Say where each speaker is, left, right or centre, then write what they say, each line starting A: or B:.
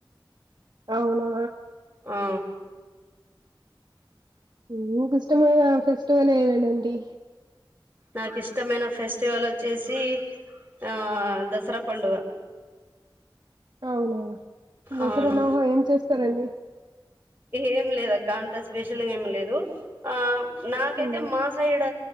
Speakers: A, on the right (about 55°); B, on the right (about 25°).
A: అవునా
B: ఆ
A: మీకు ఇష్టమైన ఫెస్టివల్ ఏదానండి
B: నాకు ఇష్టమైన ఫెస్టివల్ వచ్చేసి ఆ దసరా పండుగ
A: అవునా దసరాలో
B: అవును
A: ఏం చేస్తారండి
B: ఏం లేదక్క అంత స్పెషల్ ఏమ్ లేదు ఆ నాకైతే
A: ఉమ్,
B: మా సైడ్